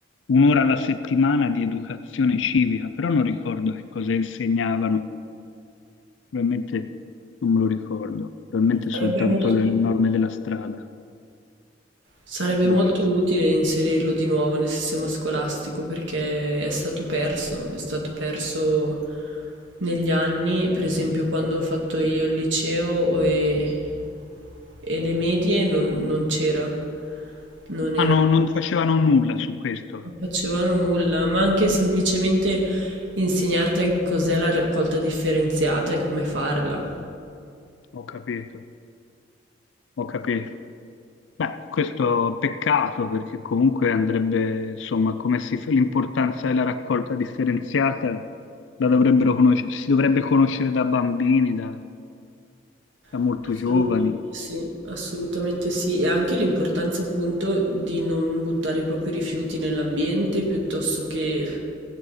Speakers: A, on the left (about 85°); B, on the right (about 80°).
A: un'ora alla settimana di educazione civica, però non ricordo che cosa insegnavano, probabilmente non me lo ricordo, probabilmente
B: Sarebbe
A: soltanto
B: molto
A: le norme della strada.
B: Sarebbe
A: Boh.
B: molto utile inserirlo di nuovo nel sistema scolastico perché è stato perso, è stato perso negli anni, per esempio quando ho fatto io il liceo e, e le medie non, non c'era, non era-
A: Ah no, non facevano nulla su questo,
B: non facevano nulla, ma anche semplicemente insegnarti a cos'è la raccolta differenziata e come farla.
A: ho capito, ho capito. Beh, questo peccato perché comunque andrebbe, insomma, come si fa l'importanza della raccolta differenziata la dovrebbero conoscere, si dovrebbe conoscere da bambini, da, da molto
B: Assolutamente
A: giovani.
B: sì, assolutamente sì. E anche l'importanza appunto di non buttare i propri rifiuti nell'ambiente piuttosto che